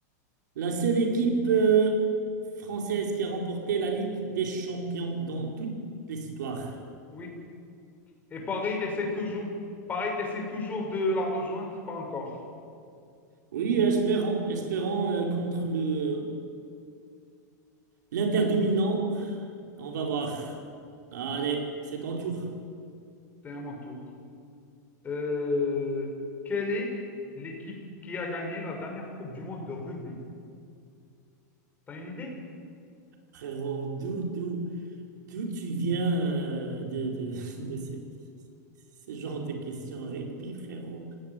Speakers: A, on the right; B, on the left.
A: La seule équipe euh, française qui a remporté la Ligue des Champions dans toute l'histoire.
B: oui, Et Paris essaie toujours, Paris essaie toujours de la rejoindre, pas encore.
A: Oui, espérons, espérons euh, contre le l'Inter de Milan. On va voir. Allez, c'est ton tour.
B: C'est à mon tour. Euh, quelle est l'équipe qui a gagné la dernière Coupe du Monde de rugby? T'as une idée?
A: Frérot, d'où, d'où, d'où tu viens euh, de, de, <laughs> de ce, ce genre de questions rugby, frérot?